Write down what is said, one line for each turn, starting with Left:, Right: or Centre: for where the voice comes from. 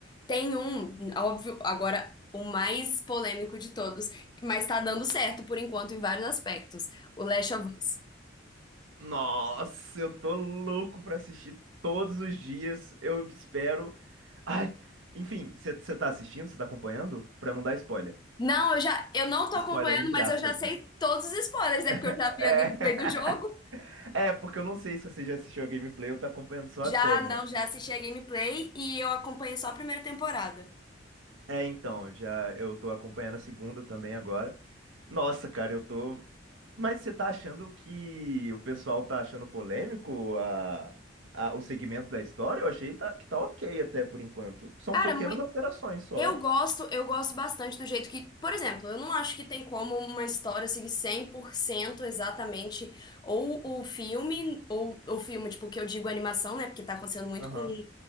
Left: Tem um, óbvio, agora o mais polêmico de todos, mas tá dando certo por enquanto em vários aspectos. O Last of Us.
Right: Nossa, eu tô louco pra assistir todos os dias. Eu espero. Ai, enfim, você tá assistindo? Você tá acompanhando? Pra não dar spoiler.
Left: Não, eu já, eu não tô
Right: Spoiler
Left: acompanhando,
Right: entre
Left: mas
Right: aspas,
Left: eu já sei
Right: né?
Left: todos os spoilers, é porque eu
Right: É. <laughs>
Left: já vi a gameplay do jogo.
Right: É, porque eu não sei se você já assistiu a gameplay ou tá acompanhando só
Left: Já,
Right: a série,
Left: não,
Right: né?
Left: já assisti a gameplay e eu acompanhei só a primeira temporada.
Right: É, então, já eu tô acompanhando a segunda também agora. Nossa, cara, eu tô. Mas você tá achando que o pessoal tá achando polêmico a, a- o segmento da história? Eu achei tá- que tá ok até por enquanto. São
Left: Cara,
Right: pequenas
Left: mu-
Right: alterações só.
Left: Eu gosto, eu gosto bastante do jeito que, por exemplo, eu não acho que tem como uma história seguir 100% exatamente ou o filme, ou o filme, tipo, que eu digo animação, né? Porque tá acontecendo muito
Right: Aham.
Left: com,